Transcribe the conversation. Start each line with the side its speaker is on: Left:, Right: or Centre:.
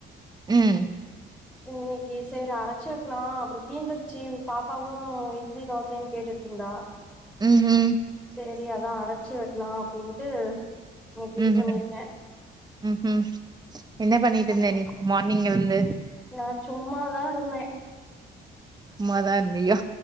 Right: ம்
Centre: இன்னைக்கு சேரி அரைச்சு வெக்லா அப்பறோ தீந்திருச்சு பாப்பாவு இட்லி தோசன்னு கேட்டுட்டு ருந்தா
Right: ம்ஹும்
Centre: சேரி அதா அரச்சு வெக்லா அப்டின்ட்டு இன்னைக்கு
Right: ம்
Centre: இது பண்ணிருக்கே
Right: ம் உஹும் என்ன பண்ணிட்டு இருந்த
Centre: அப்புறோ
Right: இன்னைக்கு மார்னிங்ல இருந்து
Centre: நா சும்மாதா இருந்தே
Right: சும்மா தா இருந்தியா